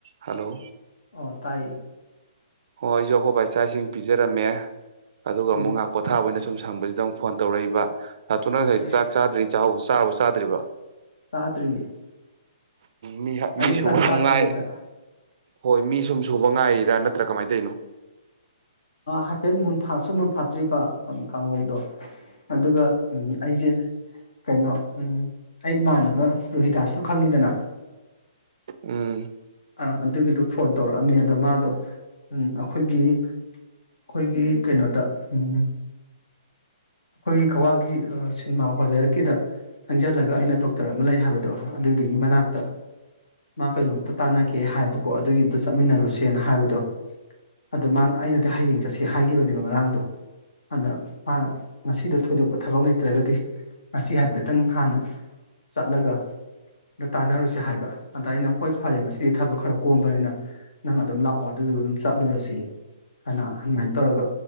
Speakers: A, on the right; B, on the left.
A: ꯍꯜꯂꯣ꯫
B: ꯑꯣ ꯇꯥꯏꯌ‌ꯦ꯫
A: ꯑꯣ ꯑꯩꯁꯨ ꯑꯈꯣꯏꯕꯥꯏ ꯆꯥꯛ ꯏꯁꯤꯡ ꯄꯤꯖꯔꯝꯃꯦ꯫ ꯑꯗꯨꯒ
B: ꯎꯝ
A: ꯑꯃꯨꯛ ꯉꯍꯥꯛ ꯄꯣꯊꯥꯕ ꯑꯣꯏꯅꯅ ꯁꯨꯝ꯫ ꯊꯪꯕꯁꯤꯗ ꯑꯃꯨꯛ ꯐꯣꯟ ꯇꯧꯔꯛꯏꯕ꯫ ꯍꯊꯨ ꯅꯪ ꯉꯁꯥꯏ
B: ꯎꯝ
A: ꯆꯥꯛ ꯆꯥꯗ꯭ꯔꯤ ꯆꯥꯛꯍꯧꯕ ꯆꯥꯔꯕꫭ ꯆꯥꯗ꯭ꯔꯤꯕꫭ꯫
B: ꯆꯥꯗ꯭ꯔꯤꯌꯦ
A: ꯃꯤ
B: ꯑꯩꯁꯦ
A: ꯃꯤꯁꯨꯨꯕ
B: ꯆꯥꯛ ꯆꯥꯗ꯭ꯔꯤꯉꯩꯗ
A: ꯁꯨꯝ ꯉꯥꯏ ꯍꯣꯏ ꯃꯤ ꯁꯨꯝ ꯁꯨꯕ ꯉꯥꯏꯔꯤꯔ ꯅꯠꯇ ꯅꯠꯇ꯭ꯔ ꯀꯃꯥꯏꯅ ꯇꯩꯅꯣ
B: ꯍꯥꯏꯐꯦꯠ ꯃꯨꯟꯐꯥꯠꯁꯨ ꯃꯨꯟꯐꯥꯠꯇ꯭ꯔꯤꯕ ꯀꯥꯡꯍꯧꯗꯣ ꯑꯗꯨꯒ ꯑꯩꯁꯦ ꯀꯩꯅꯣ ꯑꯩ ꯏꯃꯥꯟꯅꯕ ꯔꯨꯍꯤꯗꯥꯁꯇꯣ ꯈꯪꯉꯤꯗꯅ
A: ꯎꯝ
B: ꯑꯥ ꯑꯗꯨꯒꯤꯗꯣ ꯐꯣꯟ ꯇꯧꯔꯛꯑꯝꯃꯦ ꯑꯗꯣ ꯃꯥꯗꯣ ꯑꯈꯣꯏꯒꯤ ꯑꯈꯣꯏꯒꯤ ꯀꯩꯅꯣꯗ ꯎꯝ ꯑꯈꯣꯏꯒꯤ ꯀꯒꯋꯥꯒꯤ ꯁꯤꯅꯦꯃꯥ ꯍꯣꯜ ꯂꯩꯔꯛꯀꯤꯗ ꯆꯪꯁꯤꯜꯂꯒ ꯑꯩꯅ ꯗꯣꯛꯇꯔ ꯑꯃ ꯂꯩ ꯍꯥꯏꯕꯗꯣ ꯑꯗꯨꯗꯨꯒꯤ ꯃꯅꯥꯛꯇ ꯃꯥ ꯀꯩꯅꯣꯝꯇ ꯇꯥꯟꯅꯒꯦ ꯍꯥꯏꯕꯀꯣ ꯑꯗꯨꯒꯤ ꯑꯝꯇ ꯆꯠꯃꯤꯟꯅꯔꯨꯁꯦꯅ ꯍꯥꯏꯕꯗꯣ ꯑꯗ ꯃꯥꯅ ꯑꯩꯅꯗꯤ ꯍꯌꯦꯡ ꯆꯠꯁꯦ ꯍꯥꯏꯈꯤꯕꯅꯦꯕ ꯉꯔꯥꯡꯗꯣ ꯑꯗ ꯃꯥꯅ ꯉꯁꯤꯗꯣ ꯊꯣꯏꯗꯣꯛꯄ ꯊꯕꯛ ꯂꯩꯇ꯭ꯔꯒꯗꯤ ꯉꯁꯤ ꯍꯥꯏꯐꯦꯠꯇꯪ ꯍꯥꯟꯅ ꯆꯠꯂꯒ ꯇꯥꯟꯅꯔꯨꯁꯤ ꯍꯥꯏꯕ ꯑꯗ ꯑꯩꯅ ꯍꯣꯏ ꯐꯔꯦ ꯉꯁꯤꯗꯤ ꯊꯕꯛ ꯈꯔ ꯀꯣꯝꯕꯅꯤꯅ ꯅꯪ ꯑꯗꯨꯝ ꯂꯥꯛꯑꯣ ꯑꯗꯨꯗꯨꯒ ꯑꯗꯨꯝ ꯆꯠꯂꯨꯔꯁꯤ ꯍꯥꯏꯅ ꯑꯗꯨꯃꯥꯏꯅ ꯇꯧꯔꯒ